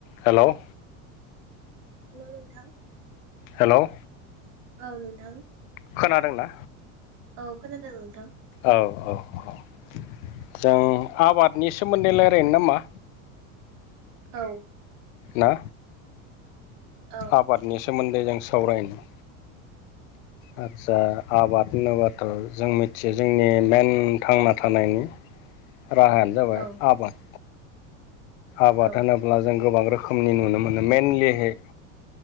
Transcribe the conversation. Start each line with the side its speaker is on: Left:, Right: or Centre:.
Left: हेल'?
Right: Hello नोंथां।
Left: Hello.
Right: औ नोंथां।
Left: खोनादोंना?
Right: औ खोनादों नोंथां।
Left: औ औ औ जों आबादनि सोमोन्दै लायरायनो नामा?
Right: औ।
Left: ना
Right: औ
Left: आबादनि सोमोन्दै जों सावरायनि। आदसा आबाद होनोब्लााथ' जों मिथियो जोंनि मेन थांना थानायनि राहायानो जाबाय
Right: औ
Left: आबाद। आबाद
Right: औ
Left: होनोब्ला जों गोबां रोखोमनि नुनो मोनो मेइनलिहै